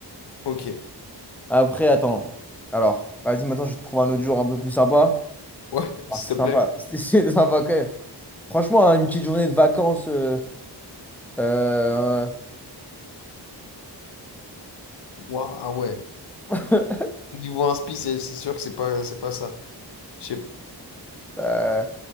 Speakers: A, on the left (about 75°); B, in the centre.
A: ok.
B: Après, attends. Alors, vas-y, maintenant, je te trouve un autre jour un peu plus sympa.
A: Ouais,
B: Ah,
A: s'il
B: c'est
A: te plaît.
B: sympa. <laughs> C'est c'est sympa quand même. Franchement, hein, une petite journée de vacances. euh, euh,
A: Ouah, ah ouais.
B: <laughs>
A: Niveau inspi, c'est c'est sûr que c'est pas, c'est pas ça. Je sais-
B: euh,